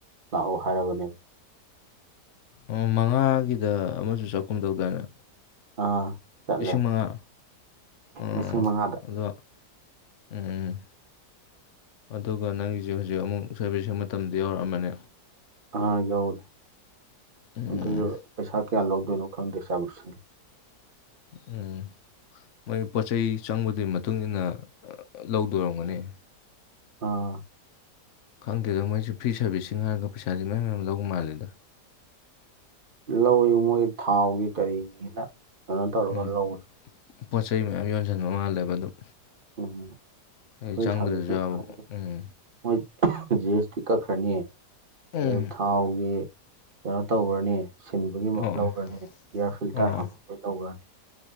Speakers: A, on the right; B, on the left.
A: ꯂꯥꯛꯑꯣ ꯍꯥꯏꯔꯕꯅꯦꯕ
B: ꯎꯝ ꯃꯉꯥꯒꯤꯗ ꯑꯃꯖꯨ ꯆꯠꯀꯨꯝ ꯇꯧꯗꯥꯏꯅꯦ
A: ꯑꯥ ꯆꯠꯂꯦ
B: ꯂꯤꯁꯤꯡꯃꯉꯥ ꯑꯥ
A: ꯂꯤꯁꯤꯡ ꯃꯉꯥꯗ
B: ꯑꯗꯣ ꯎꯝ ꯑꯗꯨꯒ ꯅꯪꯒꯤꯖꯦ ꯍꯨꯖꯤꯛ ꯑꯃꯨꯛ ꯁꯔꯚꯤꯁꯁꯤꯡ ꯃꯇꯝꯗꯤ ꯌꯧꯔꯛꯑꯝꯃꯅꯦ
A: ꯑꯥ ꯌꯧꯔꯦ
B: ꯎꯝ
A: ꯑꯗꯨꯖꯨ ꯄꯩꯁꯥ ꯀꯌꯥ ꯂꯧꯗꯣꯏꯅꯣ ꯈꯪꯗꯦ ꯁꯥꯔꯕꯤꯁꯤꯡꯒꯤ
B: ꯎꯝ ꯃꯣꯏ ꯄꯣꯠꯆꯩ ꯆꯪꯕꯗꯨꯏꯒꯤ ꯃꯇꯨꯡ ꯏꯟꯅ ꯂꯧꯗꯣꯏ ꯑꯣꯏꯔꯝꯒꯅꯤ
A: ꯑꯥ
B: ꯈꯪꯗꯦꯗ ꯃꯣꯏꯁꯦ ꯐ꯭ꯔꯤ ꯁꯥꯔꯚꯤꯁꯁꯤꯡ ꯍꯥꯏꯔꯒ ꯄꯩꯁꯥꯥꯖꯦ ꯃꯌꯥꯝ ꯃꯌꯥꯝ ꯂꯧ ꯃꯥꯜꯂꯦꯗ
A: ꯂꯧꯋꯤ ꯃꯣꯏ ꯊꯥꯎꯒꯤ ꯀꯔꯤꯒꯤꯅ ꯀꯩꯅꯣ ꯇꯧꯔꯒ
B: ꯑ,
A: ꯂꯧꯋꯤ
B: ꯄꯣꯠ ꯆꯩꯩ ꯃꯌꯥꯝ ꯌꯣꯟꯖꯤꯟꯕ ꯃꯥꯜꯂꯦꯕ ꯑꯗꯨꯝ
A: ꯎꯝ
B: ꯍꯩ
A: ꯑꯩꯈꯣꯏ
B: ꯆꯪꯗ꯭ꯔꯦꯖꯨ
A: ꯁꯥꯔꯚꯤꯁꯁꯤꯡ
B: ꯌꯥꯕ
A: ꯍꯥꯏꯔꯒ
B: ꯎꯝ
A: ꯃꯣꯏ ꯖꯤ ꯑꯦꯁ ꯇꯤ ꯀꯛꯈ꯭ꯔꯅꯤ
B: ꯎꯝ
A: ꯑꯗꯨꯒ ꯊꯥꯎꯒꯤ ꯀꯩꯅꯣ ꯇꯧꯒ꯭ꯔꯅꯤ ꯁꯤꯟꯕꯒꯤꯃꯨꯛ
B: ꯑꯣ
A: ꯂꯧꯒ꯭ꯔꯅꯤ ꯏꯌꯥꯔ ꯐꯤꯜꯇꯔ
B: ꯑꯣ
A: ꯍꯥꯞꯄ ꯂꯣꯏ ꯂꯧꯒ꯭ꯔꯥꯅꯤ